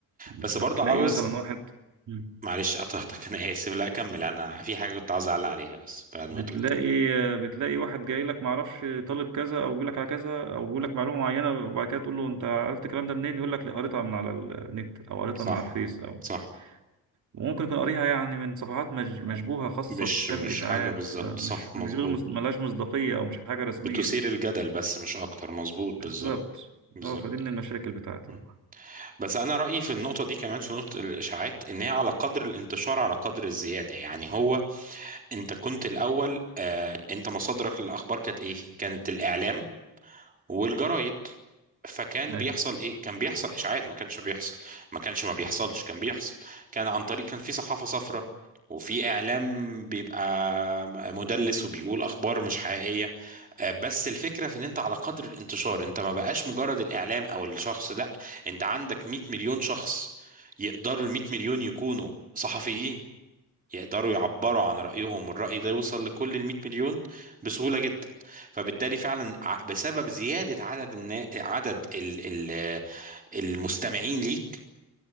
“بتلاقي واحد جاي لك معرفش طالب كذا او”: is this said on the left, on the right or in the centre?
Right